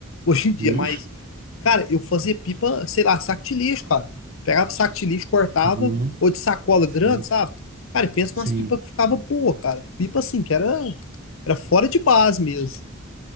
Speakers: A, on the left; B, on the right.
A: Hoje em dia,
B: Vixe,
A: mas, cara, eu fazia pipa, sei lá, saco de lixo, cara. Pegava saco de lixo, cortava,
B: uhum,
A: ou de sacola
B: sim,
A: grande, sabe? Cara, e pensa
B: sim,
A: nas pipas que ficava boa, cara. Pipa assim, que era, era fora de base mesmo.